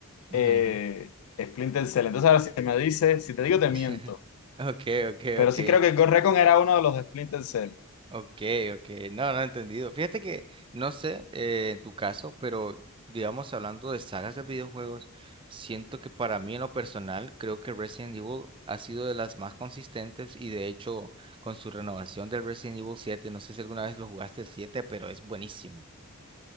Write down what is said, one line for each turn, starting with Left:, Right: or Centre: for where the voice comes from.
Left: eh,
Right: Ujú, ujú.
Left: Splinter Cell. Entonces, ahora si me dices, si te digo, te
Right: <laughs>
Left: miento.
Right: Ok, ok,
Left: Pero
Right: ok.
Left: sí creo que Ghost Recon era uno de los de Splinter Cell.
Right: Ok, ok, no, no he entendido. Fíjate que, no sé, eh, en tu caso, pero digamos, hablando de sagas de videojuegos, siento que para mí en lo personal, creo que Resident Evil ha sido de las más consistentes y de hecho, con su renovación del Resident Evil 7, no sé si alguna vez lo jugaste el 7, pero es buenísimo.